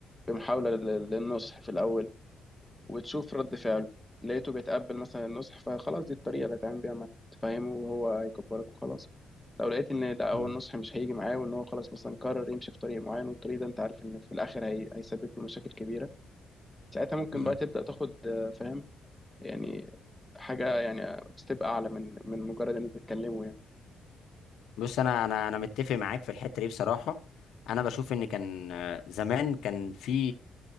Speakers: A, in the centre; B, on the left.
A: بمحاوله لل- للنصح في الاول وتشوف رد فعله لقيته بيتقبل مثلا النصح فخلاص دي الطريقه اللي هتعمل بيها معاه تفهمه وهو هيكبرك وخلاص لو لقيت ان لا هو
B: مم.
A: النصح مش هيجي معاه وان هو خلاص مثلا قرر يمشي في طريق معين والطريق ده انت عارف ان في الاخر هي... هيسبب له مشاكل كبيره ساعتها ممكن
B: مم.
A: بقى تبدا تاخد آه، فاهم يعني حاجة يعني ستيب أعلى من من مجرد إن أنتوا تتكلموا يعني
B: بص انا انا انا متفق معاك في الحته دي بصراحه انا بشوف ان كان آه، زمان كان في